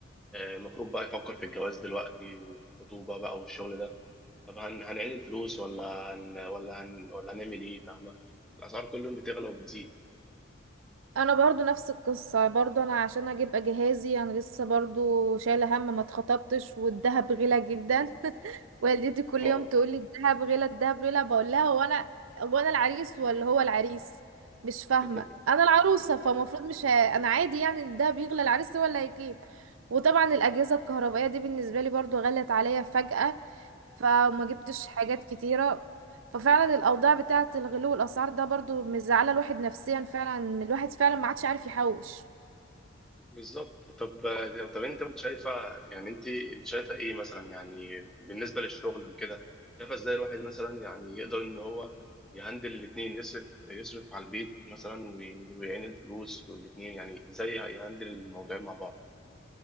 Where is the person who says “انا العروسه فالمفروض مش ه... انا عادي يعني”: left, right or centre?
Right